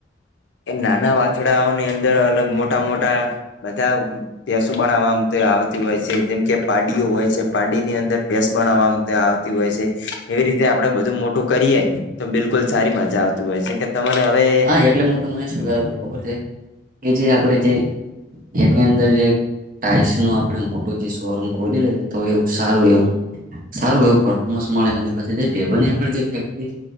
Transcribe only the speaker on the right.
હા એટલે હું તમને શું કર ખબર છે કે જે આપણે જે એની અંદર જે ટાાઈલ્સ નો આપડે મોટો જે શોરૂમ ખોલી લઈએે તો એવું સારું એવું સારું એવું પફોર્મન્સ મળે અને પછી ડેબની જે ફેક્ટરી